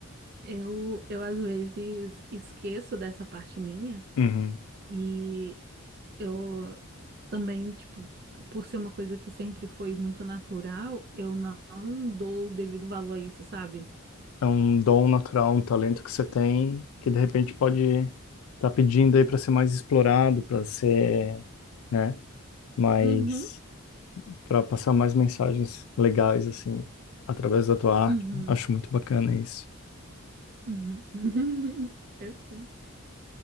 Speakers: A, on the right; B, on the left.
A: eu, eu às vezes esqueço dessa parte minha
B: Uhum.
A: e eu também, tipo, por ser uma coisa que sempre foi muito natural, eu não não dou o devido valor a isso, sabe?
B: É um dom natural, um talento que você tem, que de repente pode estar pedindo aí para ser mais explorado, para ser, né, mais,
A: Uhum,
B: para passar mais mensagens legais, assim, através da tua arte.
A: uhum,
B: Acho muito bacana isso.
A: uhum. <laughs> É sim